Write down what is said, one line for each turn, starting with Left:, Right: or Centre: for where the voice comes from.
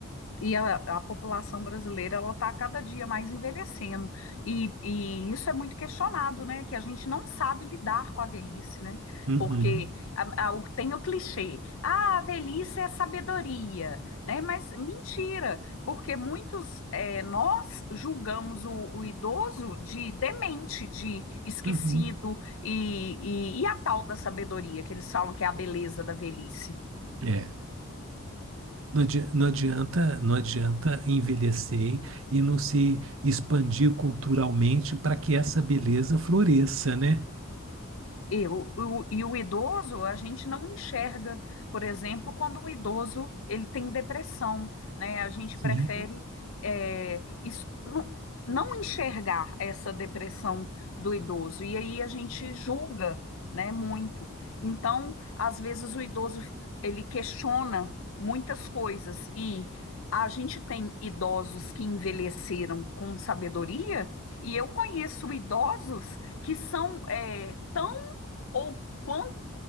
Left: E a, a população brasileira ela está cada dia mais envelhecendo. E, e isso é muito questionado, né? Que a gente não sabe lidar com a velhice, né?
Right: Uhum,
Left: Porque a- a- o- tem o clichê, ah, a velhice é sabedoria, né? Mas mentira, porque muitos é, nós julgamos o, o idoso de demente, de esquecido,
Right: uhum.
Left: e, e, e a tal da sabedoria que eles falam que é a beleza da velhice.
Right: É. Não adi- não adianta, não adianta envelhecer e não se expandir culturalmente para que essa beleza floresça, né?
Left: E o, o- e o idoso, a gente não enxerga, por exemplo, quando o idoso ele tem depressão, né? A gente
Right: Sim,
Left: prefere é, es- não, não enxergar essa depressão do idoso, e aí a gente julga, né, muito. Então, às vezes o idoso ele questiona muitas coisas, e a gente tem idosos que envelheceram com sabedoria, e eu conheço idosos que são é, tão ou quanto